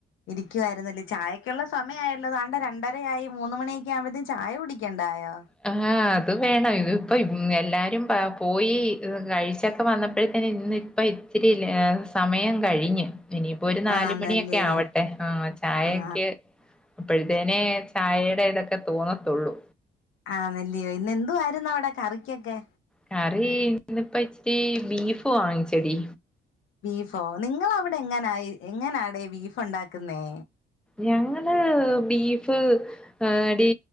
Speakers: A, on the left; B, in the centre.
A: ഇരിയ്ക്കുവായിര്ന്നല്ലേ ചായയ്ക്കൊള്ള സമയായല്ലോ ദാണ്ടെ രണ്ടരയായി മൂന്ന് മണിയൊക്കെ ആവുമ്പഴത്തേം ചായ കുടിയ്ക്കണ്ടായോ?
B: ഹാഹ്, അത് വേണം ഇതിപ്പയും എല്ലാരും പാ പോയീ കഴിച്ചൊക്കെ വന്നപ്പോഴത്തെനും ഇന്ന് പ്പ ഇച്ചിരിയല്ലെ ആഹ്, സമയം കഴിഞ്ഞ് ഇനിയി പ്പൊ ഒരു നാലുമണിയൊക്കെ
A: ആന്നല്ലയോ
B: ആവട്ടെ ആഹ്, ചായയ്ക്ക്
A: ആ
B: അപ്പഴത്തേനെ ചായേടെ ഇതൊക്കെ തോന്നത്തൊള്ളൂ.
A: ആന്നെല്ലിയോ ഇന്നെന്തു ആരുന്നവ്ടെ കറിക്ക്യൊക്കെ?
B: കറി ഇന്നിപ്പ ഇച്ചിരി ബീഫ് വാങ്ങിച്ചെടീ.
A: ബീഫോ നിങ്ങളവിടെ എങ്ങനായി എങ്ങനാടേ ബീഫൊണ്ടാക്ക്ന്നേ?
B: ഞങ്ങള് ബീഫ് ഏഹ്, ടീ